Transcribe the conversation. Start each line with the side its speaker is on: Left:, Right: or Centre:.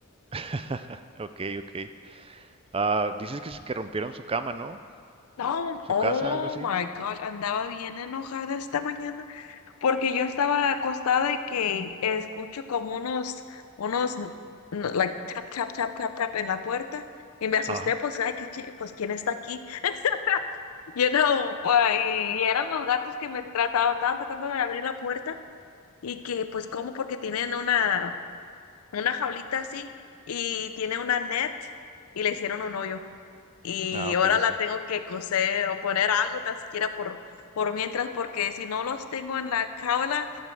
Right: <laughs> Ok, ok. Ah, dices que, s- que rompieron su cama, ¿no?
Left: No,
Right: Su
Left: oh
Right: casa, algo así.
Left: my gosh, andaba bien enojada esta mañana. porque yo estaba acostada y que escucho como unos, unos, n- n- like, tap, tap, tap, tap, tap en la puerta. Y me asusté,
Right: Ajá.
Left: pues, ay, qué chi- pues, ¿quién está aquí? <laughs> You know, pues, y eran los gatos que me trataban, estaban tratando de abrir la puerta y que, pues, cómo porque tienen una, una jaulita así y tiene una net y le hicieron un hoyo y
Right: Ah, ok,
Left: ahora
Right: ok.
Left: la tengo que coser o poner algo tan siquiera por, por mientras, porque si no los tengo en la jaula